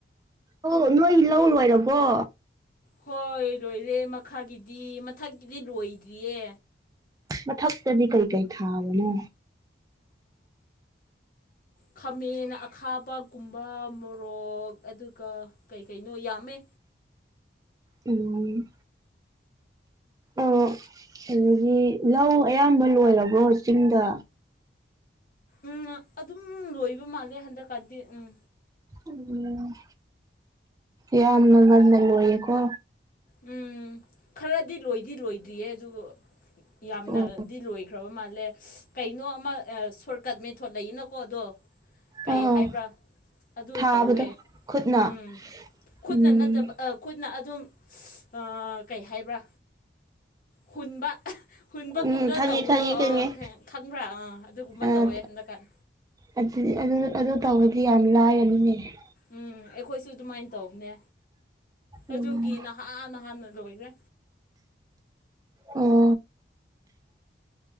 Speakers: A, on the right; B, on the left.
A: ꯑꯣ ꯅꯣꯏ ꯂꯧ ꯂꯣꯏꯔꯕꯣ
B: ꯍꯣꯏ ꯂꯣꯏꯔꯦ ꯃꯈꯥꯒꯤꯗꯤ ꯃꯊꯛꯀꯤꯗꯤ ꯂꯣꯏꯗ꯭ꯔꯤꯌꯦ
A: ꯃ ꯊꯛꯁꯦꯕꯤ ꯀꯩ ꯀꯩ ꯊꯥꯕꯅꯣ
B: ꯈꯥꯃꯦꯟ ꯑꯈꯥꯕꯒꯨꯝꯕ ꯃꯣꯔꯣꯛ ꯑꯗꯨꯒ ꯀꯩ ꯀꯩꯅꯣ ꯌꯥꯝꯃꯦ
A: ꯎꯝ ꯑꯣ ꯑꯗꯒꯤ ꯂꯧ ꯑꯌꯥꯝꯕ ꯂꯣꯏꯔꯕ꯭ꯔꯣ ꯆꯤꯡꯗ
B: ꯎꯝ ꯑꯗꯨꯝ ꯂꯣꯏꯕ ꯃꯥꯜꯂꯦ ꯍꯟꯗꯛꯀꯥꯟꯗꯤ ꯎꯝ
A: ꯎꯝ ꯌꯥꯝꯅ ꯃꯅꯅ ꯑꯣꯏꯌꯦꯀꯣ
B: ꯎꯝ ꯈꯔꯗꯤ ꯂꯣꯏꯗꯤ ꯂꯣꯏꯗ꯭ꯔꯤꯌꯦ ꯑꯗꯨꯕꯨ ꯌꯥꯝꯅꯗꯤ
A: ꯑꯣ
B: ꯂꯣꯏꯈ꯭ꯔꯕ ꯃꯥꯜꯂꯦ ꯀꯩꯅꯣ ꯑꯃ ꯁꯣꯔꯠꯀꯠ ꯃꯦꯟꯊꯣꯠ ꯂꯩꯌꯦꯅꯀꯣ ꯑꯗꯣ ꯀꯩ
A: ꯑꯥ
B: ꯍꯥꯏꯕ꯭ꯔꯥ ꯑꯗꯨ
A: ꯊꯥꯕꯗꯣ
B: ꯇꯧꯋꯦ
A: ꯈꯨꯠꯅ
B: ꯎꯝ ꯈꯨꯠꯅ
A: ꯎꯝ
B: ꯅꯠꯇꯕ ꯈꯨꯠꯅ ꯑꯗꯨꯝ ꯑ ꯀꯩ ꯍꯥꯏꯕ꯭ꯔꯥ ꯍꯨꯟꯕ ꯍꯨꯟꯕꯒꯨꯝꯅ
A: ꯎꯝ ꯈꯪꯉꯦ
B: ꯇꯧꯕꯗꯣ
A: ꯈꯪꯉꯦ ꯈꯪꯉꯦ
B: ꯑꯥ ꯈꯪꯕ꯭ꯔꯥ ꯑꯥ ꯑꯗꯨꯒꯨꯝꯕ
A: ꯑꯥ
B: ꯇꯧꯋꯦ ꯍꯟꯗꯛꯀꯥꯟ
A: ꯑꯗꯨ ꯑꯗꯨ ꯑꯗꯨ ꯇꯧꯕꯗꯤ ꯌꯥꯝ ꯂꯥꯏꯔꯅꯤꯅꯦ
B: ꯎꯝ ꯑꯩꯈꯣꯏꯁꯨ ꯑꯗꯨꯃꯥꯏꯅ ꯇꯧꯕꯅꯦ
A: ꯎꯝ
B: ꯑꯗꯨꯒꯤ ꯅꯍꯥꯟꯍꯥꯟ ꯔꯣꯣꯏꯗ
A: ꯑꯣ